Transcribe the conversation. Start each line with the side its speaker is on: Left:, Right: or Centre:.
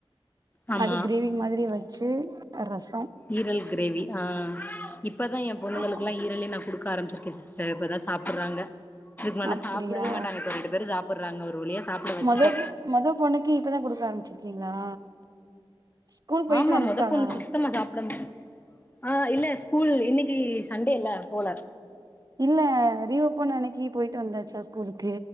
Left: ஆமா
Right: அது கிரேவி மாதிரி வய் ச்சு ரஸ்
Left: ஈரல் கிரேவி ஆஹ் இப் இப்பதா என் பொண்ணுகளுக்கெல்லா
Right: ஆமா
Left: ஈரலே நா குடுக்க ஆரம்பிச்சிருக்கே சிஸ் தா இப்பதா சாப்புடுறாங்க இதுக்கு மேல்லாம்
Right: அப்டியா
Left: சாப்பிடவே மாட்டாங்க சார் ரெண்டு பேரு சாப் போட்றாங்க ஒரு வழியா சாப்ட வச்சுட்டே
Right: மொத மொத பொண்ணுக்கு இப்பதா குடுக்க ஆரம்பிச்சிருக்கீங்களா ஸ்கூல் போயிட்டு
Left: ஆமா
Right: வந்துட்டாளா
Left: மொத பொண்ணு சுத்தமா சாப்ட மா ஆஹ் இல்ல ஸ்கூல் இன்னைக்கு சண்டே இல்ல போல
Right: இல்ல ரீஓப்பன் அன்னைக்கு போயிட்டு வந்தாச்சா ஸ்கூலுக்கு